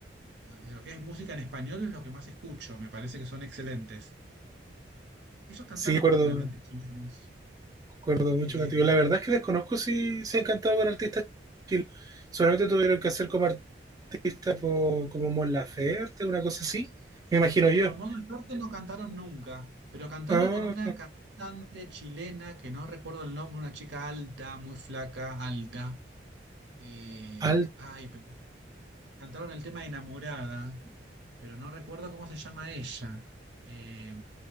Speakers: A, on the right; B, on the right.
A: De lo que es música en español es lo que más escucho, me parece que son excelentes. Ellos cantaron
B: Sí, acuerdo
A: con cantantes chilenos.
B: acuerdo mucho
A: Eh,
B: contigo. La verdad es que desconozco si, si han cantado con artistas chilenos. Solamente tuvieron que hacer como artistas tipo, como Mon Laferte, una cosa así, me imagino yo.
A: con Mon Laferte no cantaron nunca, pero cantaron
B: Ah,
A: con una cantante chilena que no recuerdo el nombre, una chica alta, muy flaca, alta. Eh,
B: alta.
A: ay, pero cantaron el tema Enamorada, pero no recuerdo cómo se llama ella. Eh,